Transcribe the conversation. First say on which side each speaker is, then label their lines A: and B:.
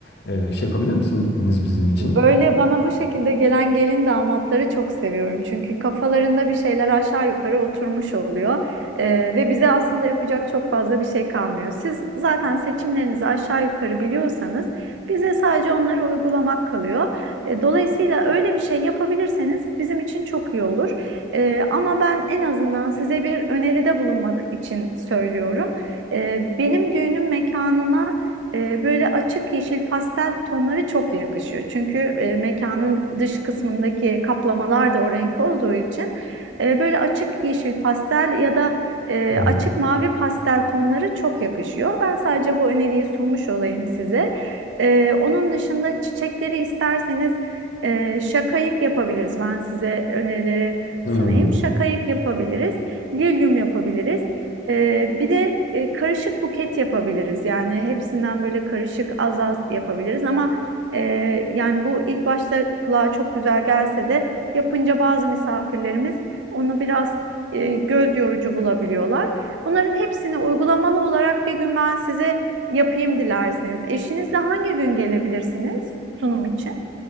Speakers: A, on the left (about 60°); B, on the right (about 80°).
A: e, şey yapabilir misiniz bizim için?
B: Böyle bana bu şekilde gelen gelin damatları çok seviyorum. Çünkü kafalarında bir şeyler aşağı yukarı oturmuş oluyor. Ee, ve bize aslında yapacak çok fazla bir şey kalmıyor. Siz zaten seçimlerinizi aşağı yukarı biliyorsanız bize sadece onları uygulamak kalıyor. Ee, dolayısıyla öyle bir şey yapabilirseniz bizim için çok iyi olur. Ee, ama ben en azından size bir öneride bulunmak için söylüyorum. Ee, benim düğünüm mekanına e, böyle açık yeşil pastel tonları çok yakışıyor. Çünkü e, mekanın dış kısmındaki kaplamalar da o renk olduğu için e, böyle açık yeşil pastel ya da e,
A: Hı hı.
B: açık mavi pastel tonları çok yakışıyor. Ben sadece bu öneriyi sunmuş olayım size. E, onun dışında çiçekleri isterseniz e, şakayık yapabiliriz. Ben size önerileri
A: Hmm.
B: sunayım. Şakayık yapabiliriz, lilyum yapabiliriz. Ee, bir de e, karışık buket yapabiliriz. Yani hepsinden böyle karışık az az yapabiliriz ama e, yani bu ilk başta kulağa çok güzel gelse de yapınca bazı misafirlerimiz onu biraz e, göz yorucu bulabiliyorlar. Bunların hepsini uygulamalı olarak bir gün ben size yapayım dilerseniz. Eşinizle hangi gün gelebilirsiniz sunum için?